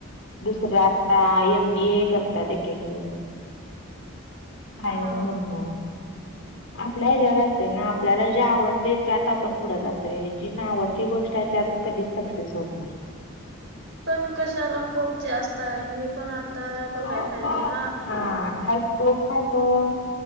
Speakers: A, on the left; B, on the right.
A: दुसरं आता एम बी ए करतात एक एकजण. आहेस
B: हा.
A: म्हण ना.
B: <inaudible>
A: आपल्या ह्याच्या्यावर असते ना आपल्याला जे आवडते, त्यात आपण पुढं जातय जी ना आवडती गोष्ट आहे त्यात कधीच सक्सेस होत नाही.
B: पण कशाला स्कोप जास्त आहे हे पण आता
A: स्कोप
B: बघाय पाहिजे
A: हा
B: ना.
A: स्कोप कसं आता